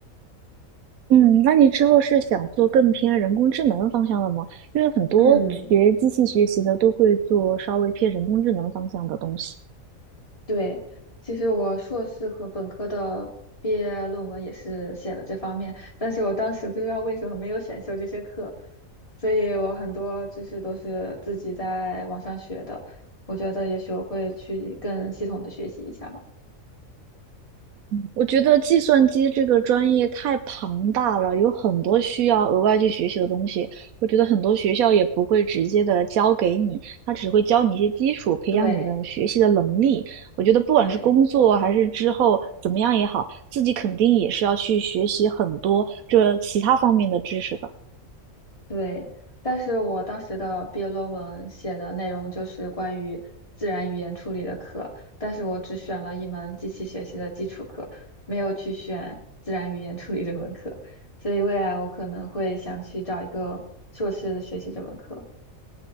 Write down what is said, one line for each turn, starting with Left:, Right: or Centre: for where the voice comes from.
Right: 嗯，那你之后是想做更偏人工智能方向的吗？因为很多学机器学习的都会做稍微偏人工智能方向的东西。
Left: 嗯，对，其实我硕士和本科的毕业论文也是写了这方面，但是我当时不知道为什么没有选修这些课，所以我很多知识都是自己在网上学的，我觉得也许我会去更系统的学习一下吧。
Right: 我觉得计算机这个专业太庞大了，有很多需要额外去学习的东西。我觉得很多学校也不会直接的教给你，他只会教你一些基础，培养你的学习的能力。
Left: 对
Right: 我觉得不管是工作还是之后怎么样也好，
Left: 对。
Right: 自己肯定也是要去学习很多这其他方面的知识的。
Left: 对，但是我当时的毕业论文写的内容就是关于自然语言处理的课，但是我只选了一门机器学习的基础课，没有去选自然语言处理这门课，所以未来我可能会想去找一个硕士的学习这门课。